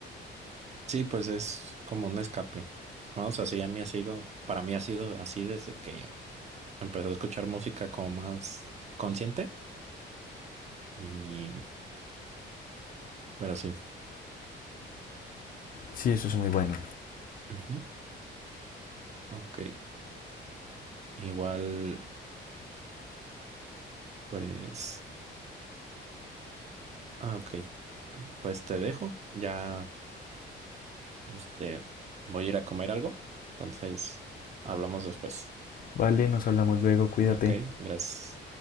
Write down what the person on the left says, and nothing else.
Sí, eso es muy bueno.
Vale, nos hablamos luego, cuídate.